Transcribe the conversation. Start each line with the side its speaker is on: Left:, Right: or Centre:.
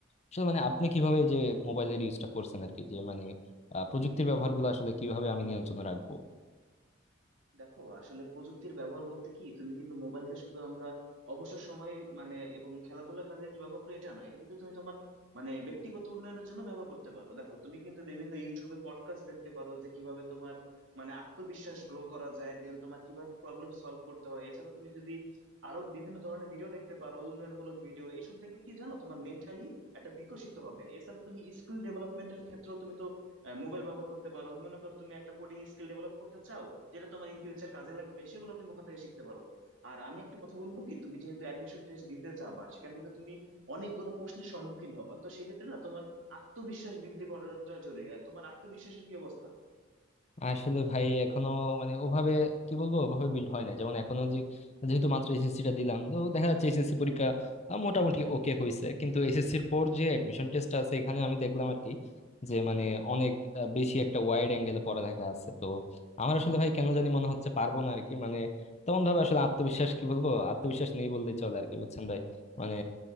Left: আসলে মানে আপনি কিভাবে যে মোবাইলের ইউজটা করছেন আর কি যে মানে আহ, প্রযুক্তির ব্যবহারগুলো আসলে কিভাবে আমি নিয়ন্ত্রণে রাখবো
Right: দেখো আসলে প্রযুক্তির ব্যবহার বলতে কি তুমি কিন্তু মোবাইল যে শুধু আমরা অবসর সময়ে মানে এবং খেলাধুলার কাজে যে ব্যবহার করি এটা না এটা কিন্তু তুমি তোমার মানে ব্যক্তিগত উন্নয়নের জন্য ব্যবহার করতে পারো দেখো তুমি কিন্তু বিভিন্ন ইউটিউবে পডকাস্ট দেখতে পারো যে কিভাবে তোমার মানে আত্মবিশ্বাস গ্রো করা যায় দেন তোমার কিভাবে প্রবলেম সলভ করতে হয় এছাড়া তুমি যদি আরো বিভিন্ন ধরনের ভিডিও দেখতে পারো উন্নয়নমূলক ভিডিও এসব দেখলে কি জানো তোমার মেন্টালি একটা বিকশিত হবে এছাড়া তুমি স্কিল ডেভেলপমেন্টের ক্ষেত্রেও তুমি তো মোবাইল ব্যবহার করতে পারো মনে করো তুমি একটা কোডিং স্কিল ডেভেলপ করতে চাও যেটা তোমার ইন ফিউচার কাজে লাগবে সেগুলো তুমি ওখান থেকে শিখতে পারো আর আমি একটা কথা বলবো কি তুমি যেহেতু অ্যাডমিশন টেস্ট দিতে যাবা সেখানে কিন্তু তুমি অনেকগুলো প্রশ্নের সম্মুখীন হবা তো সেক্ষেত্রে না তোমার আত্মবিশ্বাস বৃদ্ধি করাটা জরুরি আর তোমার আত্মবিশ্বাসের কি অবস্থা
Left: আসলে ভাই এখনো মানে ওভাবে কি বলবো ওভাবে বিল্ড হয় না যেমন এখনো যে যেহেতু মাত্র এসএসসি টা দিলাম তো দেখা যাচ্ছে এসএসসি পরীক্ষা আহ, মোটামুটি ওকে হয়েছে কিন্তু এসএসসি এর পর যে অ্যাডমিশন টেস্ট আছে এখানে আমি দেখলাম আর কি যে মানে অনেক আহ, বেশি একটা ওয়াইড অ্যাঙ্গেলে পড়ালেখা আছে তো আমার আসলে ভাই কেন জানি মনে হচ্ছে পারবো না আর কি মানে তেমন ভাবে আসলে আত্মবিশ্বাস কি বলবো আত্মবিশ্বাস নেই বললেই চলে আর কি বুঝছেন ভাই মানে